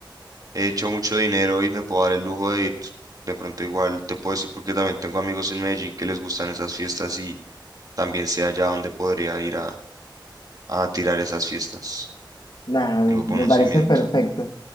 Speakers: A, on the right; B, on the left.
A: he hecho mucho dinero y me puedo dar el lujo de ir. De pronto igual te puedo decir porque también tengo amigos en Medellín que les gustan esas fiestas y también sé allá donde podría ir a a tirar esas fiestas.
B: Nah,
A: Tengo conocimiento.
B: me parece perfecto. O